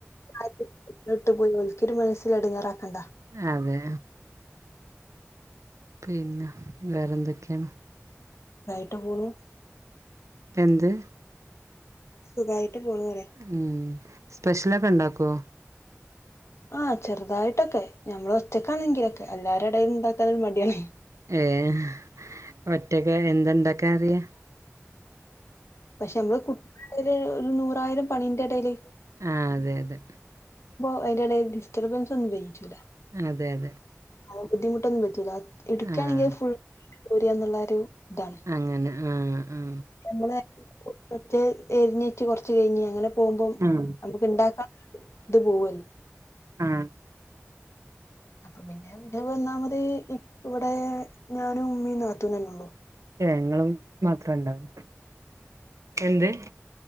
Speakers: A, on the left (about 65°); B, on the right (about 80°).
A: അത് ന്നിട്ട് പോയി ഒൽക്കരു മനസ്സ് എടങ്ങെറാക്കണ്ട
B: അതെ പിന്നെ വേറെന്തൊക്കെണ്
A: വായിട്ടു പോണു
B: എന്ത്
A: സുഖായിട്ട് പോണുഅറ്യാ
B: ഉം സ്പെഷ്യലൊക്കെണ്ടാക്കോ
A: ആഹ് ചെറുതായിട്ടൊക്കെ ഞമ്മൾ ഒറ്റ ക്കാണെങ്കിലൊക്കെ എല്ലാരെടേലും ണ്ടാക്കനൊരു മടിയാണെ
B: ഏഹ് ഒറ്റക്കാ എന്തണ്ടാകറി
A: പഷെമ്മള് കു ട്ടിടേൽ ഒര് നൂറായിരം പണിന്റെടേല്
B: ആഹ് അതെ അതെ
A: പയ്ന്റെടേല് ഡിസ്റ്റർബൻസൊന്നും വൈയ്യിചുല
B: അതെ അതെ
A: അവ് ബുദ്ധിമുട്ടൊന്നും പറ്റൂല ഇട്ക്കാണെങ്കി
B: ആഹ്
A: ഫുൾ ഓരിയന്നുള്ളരു താണ്
B: അങ്ങനെ ആഹ് ആഹ്
A: നമ്മളെ ഒ മറ്റേ എരിഞ്ഞേറ്റ് കൊറച്ച് കഴിഞ്ഞ് അങ്ങനെ പോവുമ്പം
B: ആഹ്
A: നമ് ഇണ്ടാക്കാ ഇത് പോവൊല്ലോ
B: ആഹ്
A: അപ്പൊ പിന്നെ പിന്നെവന്നാമത് ഇപ്പ്‌ വ്ടെ ഞാനും മ്മീന്നാത്തൂനന്നൊള്ളു
B: ഏ ങ്ങളും മാത്രണ്ടാവല് എന്ത്